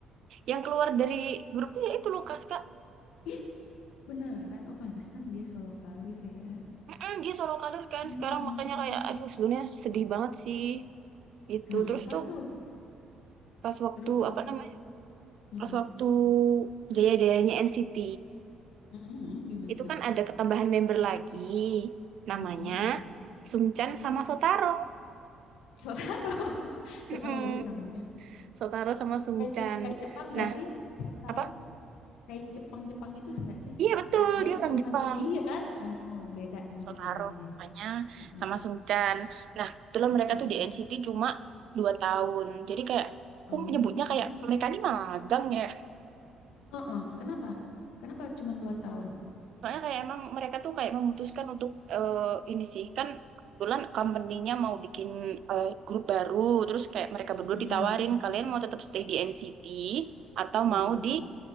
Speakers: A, on the right; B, on the left.
A: yang keluar dari grupnya ya itu Lukas Kak.
B: Ih, beneran oh pantesan dia solo kalir ya.
A: Mm-mm, dia solo karir kan
B: Heeh.
A: sekarang makanya kayak aduh sebenarnya sedih banget sih. Itu
B: Kenapa
A: terus tuh
B: tuh?
A: pas waktu
B: Terus tuh
A: apa
B: apa
A: namanya?
B: tuh? Heeh.
A: Pas waktu jaya-jayanya NCT
B: Heeh, gimana?
A: itu kan ada ketambahan member lagi namanya
B: Heeh.
A: Sungchan sama Sotaro.
B: Sotaro. <laughs> Sotaro
A: Mm-mm.
B: lucu namanya.
A: Sotaro sama Sungchan.
B: Kayak kayak Jepang nggak
A: Nah,
B: sih? Sotaro.
A: apa?
B: kayak Jepang-Jepang gitu enggak sih?
A: Iya betul,
B: Ah, dia
A: dia
B: keturunan
A: orang Jepang.
B: Jepang, iya kan? Oh, beda namanya
A: Sotaro
B: soalnya.
A: namanya
B: Mm-mm.
A: sama Sungchan. Nah, kebetulan
B: Mm-mm.
A: mereka tuh di NCT cuma dua tahun. Jadi kayak aku
B: Oh,
A: menyebutnya kayak mereka ini magang ya.
B: Heeh. Kenapa? Kenapa cuma dua tahun?
A: Soalnya kayak emang mereka tuh kayak memutuskan untuk eh, ini sih kan kebetulan company-nya mau bikin eh, grup baru terus kayak mereka berdua
B: Mm-mm.
A: ditawarin kalian mau tetap stay di NCT atau
B: Mm-mm.
A: mau di